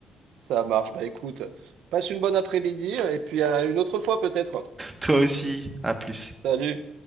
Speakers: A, on the right; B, on the right.
A: ça marche. Bah, écoute, passe une bonne après-midi, et puis à une autre fois, peut-être.
B: Toi aussi, à plus.
A: Salut.